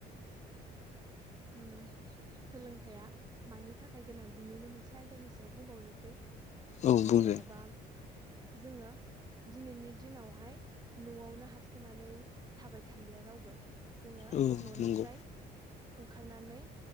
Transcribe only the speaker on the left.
औ बुंजायो
औ
नंगौ